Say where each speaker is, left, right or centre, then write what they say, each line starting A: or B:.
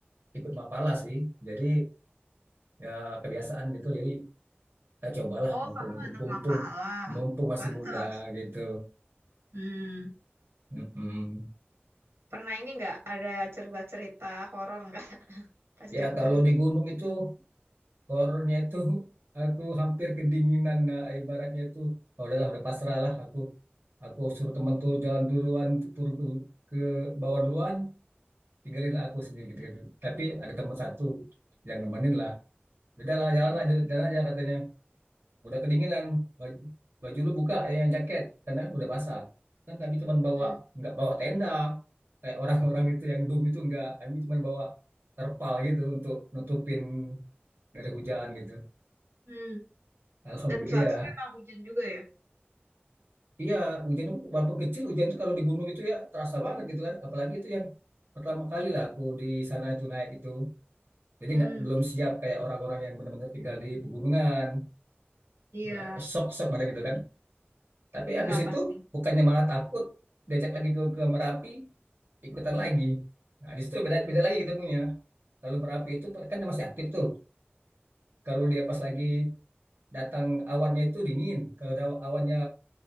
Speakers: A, on the right; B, on the right.
A: ikut Mapala sih jadi ya kebiasaan gitu jadi ya cobalah
B: Oh,
A: mumpung
B: kamu anak
A: mumpung
B: Mapala.
A: mumpung masih
B: Pantas.
A: muda gitu
B: Hmm.
A: Mm-mm.
B: Pernah ini nggak ada cerita-cerita horor nggak <laughs> pas
A: ya
B: di gunung?
A: kalau di gunung itu horornya itu <laughs> aku hampir kedinginan nah, ibaratnya itu oh, udahlah udah pasrah lah aku aku suruh temen tuh jalan duluan turun ke, ke bawah duluan tinggalin lah aku sendiri gitu, gitu. tapi ada teman satu yang nemenin lah udahlah jalan lah jalan jalan aja katanya udah kedinginan baju, baju lu buka eh, yang jaket karena kan udah basah kan kami cuma bawa
B: Hmm.
A: nggak bawa tenda kayak orang-orang itu yang doom itu nggak kami cuma bawa terpal gitu untuk nutupin dari hujan gitu
B: hmm.
A: Alhamdulillah,
B: Dan saat
A: iya.
B: itu emang hujan juga ya?
A: Iya, hujan itu walaupun kecil hujan itu kalau di gunung itu ya terasa banget gitu kan. Apalagi itu yang pertama kali lah aku di sana itu naik itu. Jadi
B: Hmm,
A: nggak belum siap kayak orang-orang yang benar-benar tinggal di pegunungan.
B: iya,
A: Wah, Shock-shock pada gitu kan. Tapi
B: iyalah
A: habis itu
B: pasti.
A: bukannya malah takut diajak lagi ke, ke Merapi ikutan lagi. Nah, di situ beda beda lagi ketemunya. Kalau Merapi itu kan dia masih aktif tuh. Kalau dia pas lagi datang awannya itu dingin, kalau ada awannya